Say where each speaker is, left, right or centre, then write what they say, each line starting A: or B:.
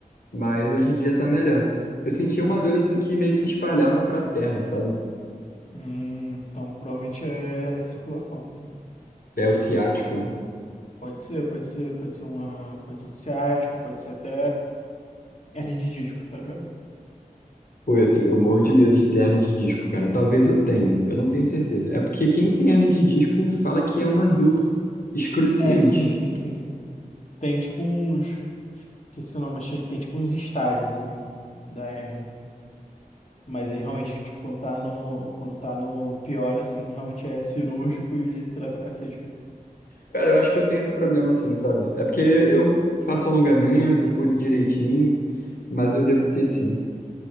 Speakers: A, on the left; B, on the left.
A: Mas hoje em dia tá melhor. Eu sentia uma dor assim que meio que se espalhava pra perna, sabe?
B: Hum, então, provavelmente é é circulação. tá ligado?
A: É o ciático, né?
B: Pode ser, pode ser, pode ser uma, pode ser um ciático, pode ser até hernia de disco, tá ligado?
A: Pô, eu tenho, eu morro de medo de hernia de disco, cara. Talvez eu tenha, eu não tenho certeza. É porque quem tem hernia de disco fala que é uma dor excruciante.
B: É, sim, sim, sim, sim. Tem tipo uns, que esse nome achei, tem tipo uns estágios assim da hernia. Mas aí realmente, tipo, quando tá no, quando tá no pior, assim, realmente é cirúrgico e dizem que dá pra cacete mesmo.
A: Cara, eu acho que eu tenho esse problema assim, sabe? É porque eu faço alongamento, cuido direitinho, mas eu devo ter sim.